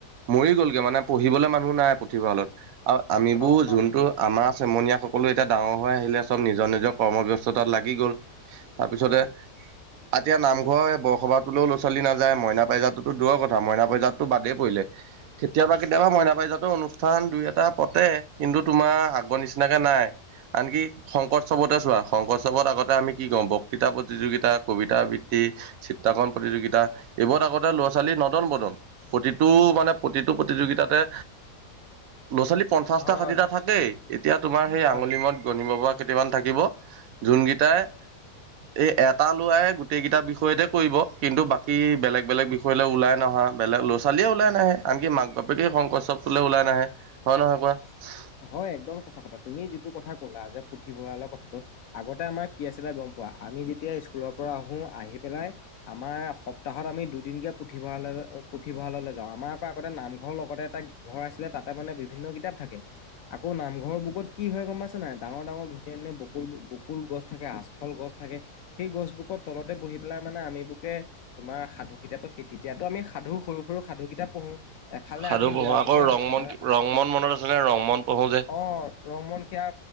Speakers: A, on the right; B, on the left.
A: মৰি গ'লগে মানে, পঢ়িবলৈ মানুহ নাই পুথিভঁৰালত। আৰু আমিবোৰ
B: অ
A: যোনটো
B: অ
A: আমাৰ, চেমনীয়া সকলো এতিয়া ডাঙৰ হৈ আহিলে চব নিজৰ নিজৰ কৰ্মব্যস্ততাত লাগি গ'ল, তাৰপিছতে
B: হয়।
A: এতিয়া নামঘৰ এই বৰসভাটোলৈও ল'ৰা ছোৱালী নাযায়, মইনা পাৰজাতটোতো দূৰৰ কথা মইনা পাৰজাততো বাদেই পৰিলে। কেতিয়াবা, কেতিয়াবা, মইনা পাইজাতৰ অনুষ্ঠান দুই এটা পাতে, কিন্তু তোমাৰ আগৰ নিচিনাকে নাই। আনকি শংকৰোৎসৱতে শংকৰোৎসৱত আগতে আমি কি কওঁ বক্তৃতা প্ৰতিযোগিতা, কবিতা আবৃত্তি, চিত্ৰাকৰণ প্ৰতিযোগিতা, এইবোৰ আগতে ল'ৰা ছোৱালীৰ নদন বদন। প্ৰতিটো মানে, প্ৰতিটো প্ৰতিযোগিতাতে ল'ৰা ছোৱালী পঞ্চাশটা
B: হয়
A: ষাঠিটা
B: হয়
A: থাকেই। এতিয়া তোমাৰ সেই
B: হয়।
A: আঙুলি মূৰত গণিব পৰা কেইটামান থাকিব। যোনকেইটাই এই এটা লৰাই গোটেই কেইটা বিষয়তে কৰিব, কিন্তু বাকী বেলেগ বেলেগ বিষ কৰিলে ওলাই নহা, বেলেগ লৰা ছোৱালীয়ে ওলাই নাহে, আনি মাক বাপেকে শংকৰোৎসৱটোলৈ ওলাই নাহে হয়, নহয়, কোৱা
B: হয়, একদম সঁচা কথা তুমি যিটো কথা কলা যে পুথিভঁৰালৰ কথাটো আগতে আমাৰ কি আছিলে, গম পোৱা আমি যেতিয়া স্কুলৰ পৰা আহো আহি পেলাই আমাৰ, সপ্তাহত আমি দুদিনকে পুথিভঁৰাললৈ পুথিভঁৰাললৈ যাওঁ আমাৰ আগতে, নামঘৰ লগতে এটা ঘৰ আছিলে, তাতে মানে বিভিন্ন কিতাপ থাকে আকৌ নামঘৰৰ বুকত কি হয়, গম পাইছে নাই ডাঙৰ ডাঙৰ ধুনীয়া বকুল, বকুল গছ থাকে, আচফল গছ থাকে সেই গছবোৰকত তলতে বহি পেলাই মানে আমিবুকে তোমাৰ সাধু, কিতাপ সেই তেতিয়াতো আমি সাধু সৰু সৰু সাধু কিতাপ পঢ়ো এফালে
A: সাধু
B: আমি
A: পঢ়ো
B: লৰাবোকে
A: আকৌ, ৰংমন
B: মানে
A: ৰংমন মনত আছিলে ৰংমন পঢ়ো যে
B: অ', ৰংমন সেয়া